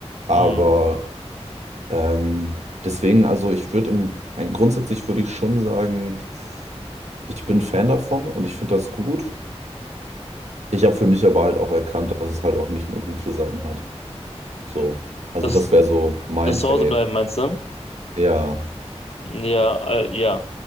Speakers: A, on the right; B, on the left.
A: Aber
B: Mhm.
A: ähm, deswegen, also ich würde im- ein, grundsätzlich würde ich schon sagen, ich bin Fan davon und ich finde das gut. Ich habe für mich aber halt auch erkannt, dass es halt auch nicht nur gute Seiten hat. So. Also
B: Das,
A: das wäre so mein
B: das zu
A: Take.
B: Hause bleiben, meinst du?
A: Ja.
B: Ja, äh, ja.